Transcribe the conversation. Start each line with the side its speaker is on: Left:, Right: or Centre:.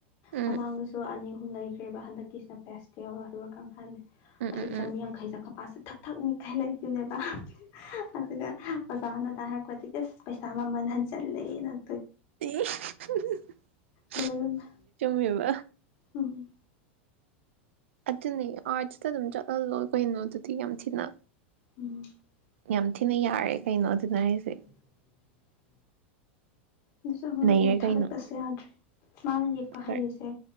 Right: ꯎꯝ
Left: ꯃꯃꯥꯡꯗꯁꯨ ꯑꯅꯤ ꯑꯍꯨꯝ ꯂꯩꯈ꯭ꯔꯦꯕ ꯍꯟꯗꯛꯀꯤꯁꯤꯅ ꯄꯦꯁꯇꯦꯜ ꯍꯥꯏꯕ ꯀꯩꯅꫭꯝ ꯌꯥꯏꯃꯤ
Right: ꯎꯝ
Left: ꯑꯗꯨ
Right: ꯎꯝ
Left: ꯆꯥꯝꯔꯤ
Right: ꯎꯝ
Left: ꯌꯥꯡꯈꯩꯖꯦ ꯑꯩꯈꫭꯏ ꯄꯥ ꯊꯛ ꯊꯛꯅꯤ ꯈꯑ ꯂꯩꯒꯤꯕꯅꯦꯕ ꯑꯗꯨꯒ- <unintelligible> ꯑꯩꯈꫭꯏꯗꯤ ꯀꯁ ꯄꯩꯁꯥ ꯃꯃꯜ ꯍꯟ ꯆꯠꯂꯦꯅ
Right: <inaudible>
Left: ꯂꯣꯏꯔꯦ ꯏꯕꯦꯝꯃ
Right: ꯀꯩꯕꯥ
Left: ꯎꯝ
Right: ꯑꯗꯨꯅꯤ ꯑꯥꯔꯠꯁꯇꯥ ꯑꯗꯨꯝ ꯆꯠꯍꯜꯂꫭ ꯀꯩꯅꯣ ꯑꯗꯨꯗꯤ ꯌꯥꯝ ꯊꯤꯅ
Left: ꯎꯝ <unintelligible>
Right: ꯌꯥꯝ ꯊꯤꯅ ꯌꯥꯔꯦ ꯀꯩꯅꯣ ꯑꯗꯨꯅ ꯍꯥꯏꯁꯦ
Left: ꯑꯗꯨꯖꯨ ꯑꯉꯥꯡꯖꯦ
Right: ꯅꯩꯔꯦ
Left: ꯌꯥꯝ ꯊꯥꯒꯠꯄꯁꯩ
Right: ꯀꯩꯅꯣ
Left: ꯌꯥꯗ꯭ꯔꯦ ꯃꯥꯅ ꯌꯦꯛꯄ
Right: ꯈꯔ
Left: ꯍꯩꯔꯤꯖꯦ